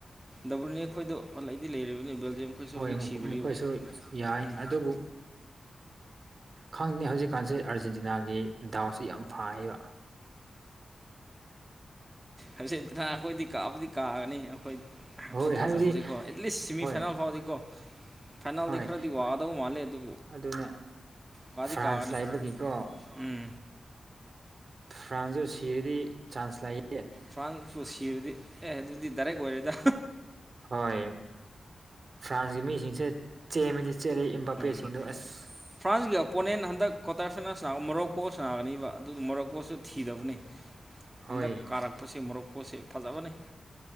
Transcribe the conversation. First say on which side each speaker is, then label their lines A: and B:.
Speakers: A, on the right; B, on the right.
A: ꯗꯕꯜꯅꯤ ꯑꯩꯈꯣꯏꯗꯣ ꯍꯜꯂꯛꯏꯗꯤ ꯂꯩꯔꯤꯕꯅꯤ ꯕꯦꯜꯖꯤꯌꯝ ꯑꯩꯈꯣꯏꯁꯨ
B: ꯍꯣꯏ
A: ꯍꯧꯖꯤꯛ ꯁꯤꯗ꯭ꯔꯤꯕ
B: ꯃꯈꯣꯏꯁꯨ ꯌꯥꯏ
A: ꯎꯝ
B: ꯑꯗꯨꯕꯨ ꯈꯪꯗꯦ ꯍꯧꯖꯤꯛꯀꯥꯟꯁꯦ ꯑꯥꯔꯖꯦꯟꯇꯤꯅꯥꯒꯤ ꯗꯥꯎꯁꯦ ꯌꯥꯝ ꯐꯥꯏꯌꯦꯕ
A: ꯍꯧꯖꯤꯟ ꯑꯩꯈꯣꯏꯗꯤ ꯀꯥꯕꯨꯗꯤ ꯀꯥꯒꯅꯤ ꯑꯩꯈꯣꯏ
B: ꯍꯣꯏ
A: ꯑꯦ ꯊꯥꯖꯕꯁꯤ
B: ꯍꯥꯏꯕꯗꯤ
A: ꯀꯣ ꯑꯦꯠꯂꯤꯁ ꯁꯦꯃꯤ
B: ꯍꯣꯏ
A: ꯐꯥꯏꯅꯜ ꯐꯥꯎꯗꯤ ꯀꯣ ꯐꯅꯜꯗꯤ
B: ꯍꯣꯏ
A: ꯈꯔꯗꯤ ꯑꯗꯧ ꯃꯥꯂꯦ ꯑꯗꯨ
B: ꯑꯗꯨꯅ
A: ꯀꯥꯗꯤ
B: ꯐ꯭ꯔꯥꯟꯁ
A: ꯀꯥꯒꯅꯤ
B: ꯂꯥꯏꯕꯒꯤꯀꯣ
A: ꯎꯝ
B: ꯐ꯭ꯔꯥꯟꯁꯁꯨ ꯁꯤꯔꯗꯤ ꯆꯥꯟꯁ ꯂꯥꯛꯏ
A: ꯐ꯭ꯔꯥꯟꯁꯨ ꯁꯤꯔꯗꯤ ꯑꯦ ꯑꯗꯨꯗꯤ ꯗꯥꯏꯔꯦꯛ ꯑꯣꯏꯔꯦꯗ
B: ꯍꯣꯏ ꯐ꯭ꯔꯥꯟꯁꯀꯤ ꯃꯤꯁꯤꯡꯁꯦ ꯆꯦꯃꯗꯤ ꯆꯦꯜꯂꯤ ꯏꯝꯕꯥꯄꯦꯁꯤꯡꯗꯣ
A: ꯎꯝ
B: ꯑꯁ
A: ꯐ꯭ꯔꯥꯟꯁꯒꯤ ꯄꯣꯅꯦꯟ ꯍꯟꯗꯛ ꯀ꯭ꯋꯥꯇꯔ ꯐꯥꯏꯅꯥꯜꯅꯥꯒ ꯃꯣꯔꯣꯛꯀꯣꯅꯥꯒꯅꯤꯕ ꯑꯗꯨꯗ ꯃꯣꯔꯣꯛꯀꯣꯁꯨ ꯊꯤꯗꯕꯅꯤ
B: ꯍꯣꯏ
A: ꯍꯟꯗꯛ ꯀꯥꯔꯛꯄꯁꯦ ꯃꯨꯔꯣꯛꯄꯣꯠꯁꯦ ꯐꯖꯕꯅꯤ